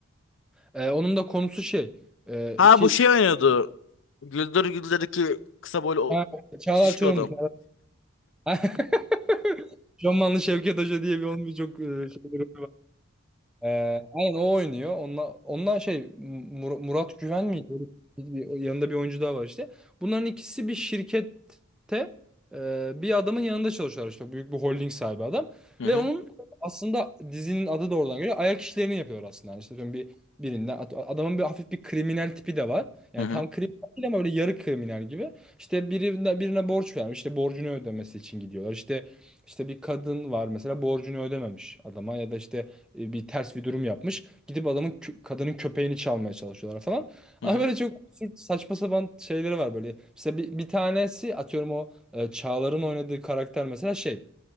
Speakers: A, in the centre; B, on the left.
A: Ee, onun da konusu şey e,
B: Ha
A: iki
B: bu şey oynuyordu. Güldür Güldür'deki kısa boylu o
A: ha, Çağlar
B: şişko
A: Çorumlu.
B: adam.
A: <laughs> Şamanlı Şevket Hoca diye bir onun bir çok e, şey ee, aynen o oynuyor. Onunla, onunla şey Mur- Murat Güven miydi? Öyle bir- bir- yanında bir oyuncu daha var işte. Bunların ikisi bir şirkette e, bir adamın yanında çalışıyorlar işte. Büyük bir holding sahibi adam.
B: Hı
A: Ve
B: hı.
A: onun aslında dizinin adı da oradan geliyor. Ayak işlerini yapıyor aslında. Yani işte atıyorum bir birinden at- adamın bir hafif bir kriminal tipi de var. Yani
B: Hı hı.
A: tam kriminal değil ama öyle yarı kriminal gibi. İşte birine, birine borç vermiş. İşte borcunu ödemesi için gidiyorlar. İşte işte bir kadın var mesela borcunu ödememiş adama ya da işte e, bir ters bir durum yapmış. Gidip adamın kö- kadının köpeğini çalmaya çalışıyorlar falan.
B: Hı
A: Ama
B: hı.
A: böyle çok absürt, saçma sapan şeyleri var böyle. İşte bir, bir tanesi atıyorum o e, Çağlar'ın oynadığı karakter mesela şey